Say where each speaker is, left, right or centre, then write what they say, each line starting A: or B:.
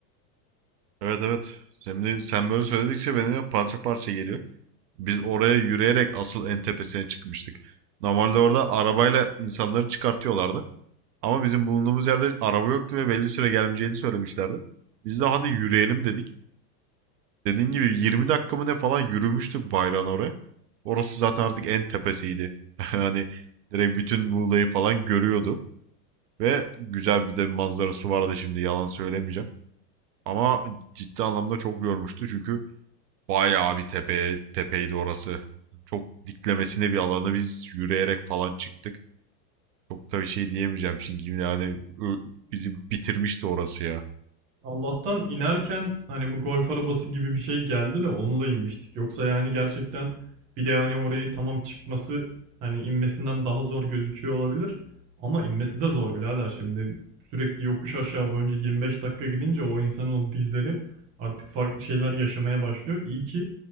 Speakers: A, on the right; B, on the right.
A: Evet evet. Şimdi sen böyle söyledikçe benim parça parça geliyor. Biz oraya yürüyerek asıl en tepesine çıkmıştık. Normalde orada arabayla insanları çıkartıyorlardı. Ama bizim bulunduğumuz yerde araba yoktu ve belli süre gelmeyeceğini söylemişlerdi. Biz de hadi yürüyelim dedik. Dediğin gibi 20 dakika mı ne falan yürümüştük bayrağın oraya. Orası zaten artık en tepesiydi. <laughs> Hani direkt bütün Muğla'yı falan görüyordu. Ve güzel bir de bir manzarası vardı şimdi yalan söylemeyeceğim. Ama ciddi anlamda çok yormuştu çünkü bayağı bir tepe, tepeydi orası. Çok diklemesine bir alanı biz yürüyerek falan çıktık. Çok da bir şey diyemeyeceğim çünkü yani ö- bizi bitirmişti orası ya.
B: Allah'tan inerken hani bu golf arabası gibi bir şey geldi de onunla inmiştik. Yoksa yani gerçekten bir de hani orayı tamam çıkması hani inmesinden daha zor gözüküyor olabilir. Ama inmesi de zor birader şimdi. Sürekli yokuş aşağı boyunca 25 dakika gidince o insanın o dizleri artık farklı şeyler yaşamaya başlıyor. İyi ki